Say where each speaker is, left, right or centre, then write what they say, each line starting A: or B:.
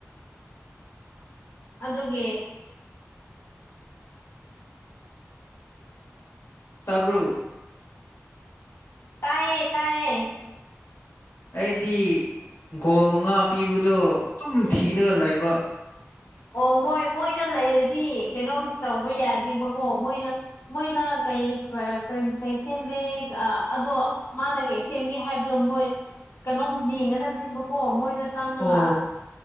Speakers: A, on the left; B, on the left.
A: ꯑꯗꯨꯒꯤ
B: ꯇꯥꯕ꯭ꯔꯨ
A: ꯇꯥꯏꯌꯦ ꯇꯥꯏꯌꯦ
B: ꯑꯩꯗꯤ ꯒꯣꯜ ꯃꯉꯥ ꯄꯤꯕꯗꯣ ꯑꯗꯨꯝ
A: ꯎꯝ
B: ꯊꯤꯔꯒ ꯂꯩꯕ
A: ꯑꯣ ꯃꯣꯏ ꯃꯣꯏꯗ ꯂꯩꯔꯗꯤ ꯀꯩꯅꯣꯝ ꯇꯧꯕ ꯌꯥꯗꯤꯕꯀꯣ ꯃꯣꯏꯅ ꯃꯣꯏꯅ ꯀꯩ ꯀꯩ ꯁꯦꯝꯃꯦ ꯑꯗꯣ ꯃꯥꯅ ꯀꯩ ꯁꯦꯝꯒꯦ ꯍꯥꯏꯕꯗꯣ ꯃꯣꯏ ꯀꯩꯅꯣꯝ ꯌꯦꯡꯒꯗꯕꯅꯦꯕꯀꯣ ꯃꯣꯏꯅ ꯆꯪꯔꯒ
B: ꯑꯣ